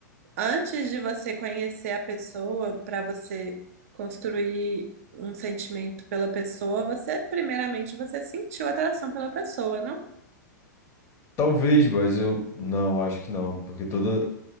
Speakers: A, on the right (about 50°); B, on the left (about 25°).
A: antes de você conhecer a pessoa, para você construir um sentimento pela pessoa, você, primeiramente, você sentiu atração pela pessoa, não?
B: Talvez, mas eu não, acho que não, porque toda.